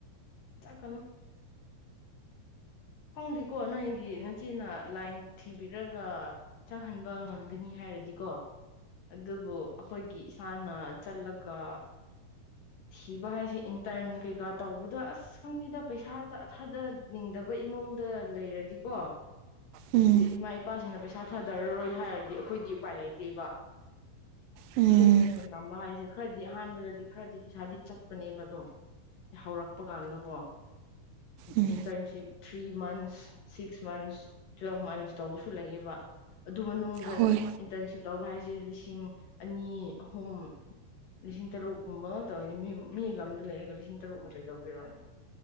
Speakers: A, on the left; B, on the right.
A: ꯆꯠꯀꯅꯨ ꯈꯪꯗ‌ꯦꯀꯣ ꯅꯣꯏꯒꯤ ꯅꯆ‌ꯦꯅ ꯂꯥꯏꯟ ꯊꯤꯕꯤꯔꯒ ꯆꯪꯍꯟꯕ ꯉꯝꯒꯅꯤ ꯍꯥꯏꯔꯗꯤꯀꯣ ꯑꯗꯨꯕꯨ ꯑꯩꯈꯣꯏꯒꯤ ꯏꯁꯥꯅ ꯆꯠꯂꯒ ꯊꯤꯕ ꯍꯥꯏꯁꯦ ꯏꯟꯇꯔꯟ ꯀꯩꯀꯥ ꯇꯧꯕꯗ ꯑꯁ ꯑꯁ ꯈꯪꯗꯦꯗ ꯄꯩꯁꯥꯗ ꯑꯊꯥꯗꯅꯤꯡꯗꯕ ꯏꯃꯨꯡꯗ ꯂꯩꯔꯗꯤꯀꯣ
B: ꯎꯝ
A: ꯍꯥꯏꯗꯤ ꯏꯃꯥ ꯏꯄꯥꯁꯤꯡꯅ ꯄꯩꯁꯥ ꯊꯥꯗꯔꯔꯣꯏ ꯍꯥꯏꯔꯗꯤ ꯑꯩꯈꯣꯏꯗꯤ ꯎꯄꯥꯏ ꯂꯩꯇꯦꯕ
B: ꯎꯝ
A: ꯍꯣꯇꯦꯜ ꯃꯦꯅꯦꯖꯃꯦꯟ ꯇꯝꯕ ꯍꯥꯏꯁꯦ ꯈꯔꯗꯤ ꯑꯍꯥꯟꯕꯗꯗꯤ ꯈꯔꯗꯤ ꯄꯩꯁꯥꯗꯤ ꯆꯠꯄꯅꯦꯕ ꯑꯗꯨꯝ ꯍꯧꯔꯛꯄ ꯀꯥꯟꯗꯀꯣ ꯍꯥꯏꯗꯤ
B: um
A: internship three months six months twelve months ꯇꯧꯕꯁꯨ ꯂꯩꯌꯦꯕ ꯑꯗꯨ ꯃꯅꯨꯡꯗ
B: ꯍꯣꯏ
A: ꯑꯗꯨ ꯑꯗꯨ <unintelligible> ꯏꯟꯇꯔꯟꯁꯤꯞ ꯇꯧꯕ ꯍꯥꯏꯁꯦ ꯂꯤꯁꯤꯡ ꯑꯅꯤ ꯑꯍꯨꯝ ꯂꯤꯁꯤꯡ ꯇꯔꯨꯛꯀꯨꯝꯕ ꯇꯧꯅꯤ ꯃꯤ ꯃꯤ ꯂꯝꯗ ꯂꯩꯔꯒ ꯂꯤꯁꯤꯡ ꯇꯔꯨꯛꯅ ꯀꯩ ꯇꯧꯕꯤꯔꯣꯅꯤ